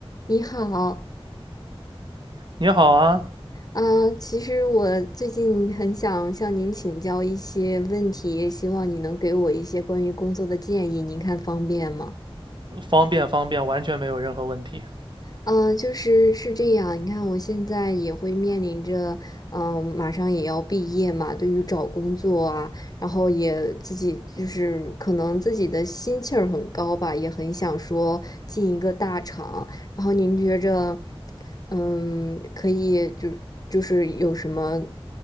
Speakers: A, on the left; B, on the right.
A: 你好，
B: 你好啊，
A: 啊，其实我最近很想向您请教一些问题，希望你能给我一些关于工作的建议，您看方便吗？
B: 方便方便，完全没有任何问题。
A: 嗯，呃就是是这样。你看，我现在也会面临着，嗯，马上也要毕业嘛。对于找工作啊，然后也自己就是可能自己的心气儿很高吧，也很想说进一个大厂。然后您觉着，嗯，可以就就是有什么